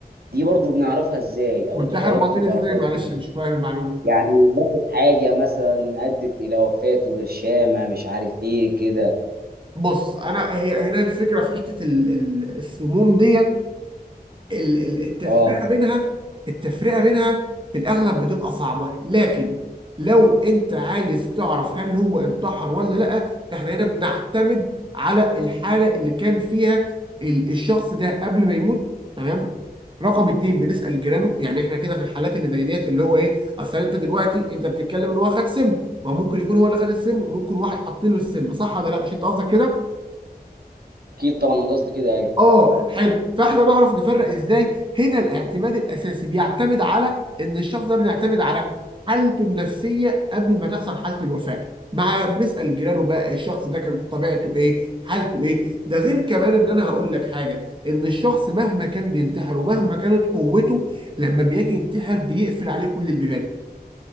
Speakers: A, on the right (about 75°); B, on the right (about 30°).
A: دي برضو بنعرفها ازاي او
B: منتحر
A: انتوا حضراتكم
B: باطني
A: بتعرفوها
B: ازاي معلش
A: ازاي
B: مش فاهم المعلومه
A: يعني واخد حاجة مثلا ادت الى وفاته برشامة مش عارف ايه كده
B: بص انا هي هنا الفكره في حته ال- ال- السموم ديت ال- ال- التفرقه
A: اه
B: بينها التفرقه بينها في الاغلب بتبقى صعبه لكن لو انت عايز تعرف هل هو انتحر ولا لا احنا هنا بنعتمد على الحاله اللي كان فيها ال- الشخص ده قبل ما يموت تمام رقم اتنين بنسال جيرانه يعني احنا كده في الحالات اللي زي ديت اللي هو ايه اصل انت دلوقتي انت بتتكلم ان هو خد سم ما ممكن يكون هو اللي خد السم وممكن واحد حاطين له السم صح ولا لا مش انت قصدك كده
A: اكيد طبعا انا قصدي كده ايوه
B: اه حلو فاحنا نعرف نفرق ازاي هنا الاعتماد الاساسي بيعتمد على ان الشخص ده بيعتمد على حالته النفسيه قبل ما تحصل حاله الوفاه مع بنسال جيرانه بقى الشخص ده كان طبيعته ايه حالته ايه ده غير كمان ان انا هقول لك حاجه ان الشخص مهما كان بينتحر ومهما كانت قوته لما بيجي ينتحر بيقفل عليه كل البيبان